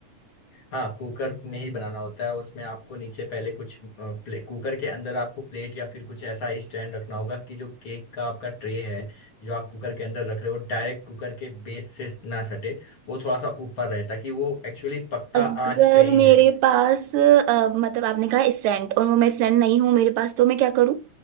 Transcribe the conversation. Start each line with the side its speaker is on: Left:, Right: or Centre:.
Left: हाँ कुकर में ही बनाना होता है उसमें आपको नीचे पहले कुछ अ, प्ले, कुकर के अंदर आपको प्लेट या फिर कुछ ऐसा स्टैंड रखना होगा कि जो केक का आपका ट्रे है जो आप कुकर के अंदर रख रहे हो डायरेक्ट कुकर के बेस से ना सटे वो थोड़ा सा ऊपर रहे ताकि वो एक्चुअली पकता
Right: अगर
Left: आंच से ही
Right: मेरे
Left: है
Right: पास अ, मतलब आपने कहा स्टैंड और वो मैं स्टैंड नहीं हूँ मेरे पास तो मैं क्या करूँ